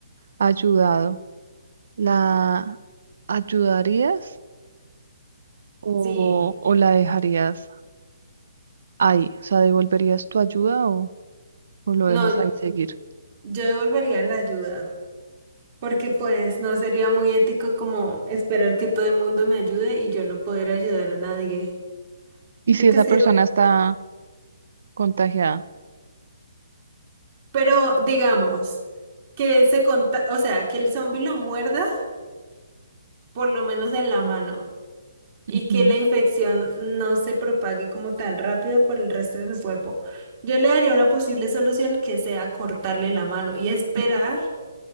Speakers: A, on the right; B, on the right.
A: ayudado, ¿la ayudarías o,
B: sí,
A: o la dejarías? ahí? O sea, ¿devolverías tu ayuda o, o lo
B: no,
A: dejas ahí seguir?
B: yo devolvería la ayuda, porque pues no sería muy ético como esperar que todo el mundo me ayude y yo no poder ayudar a nadie.
A: ¿Y
B: Creo
A: si esa
B: que sería,
A: persona está contagiada?
B: pero digamos que se conta, o sea, que el zombi lo muerda por lo menos en la mano. y
A: Ujú,
B: que la infección no se propague como tan rápido por el resto de su cuerpo. Yo le daría una posible solución que sea cortarle la mano y esperar
A: ujú.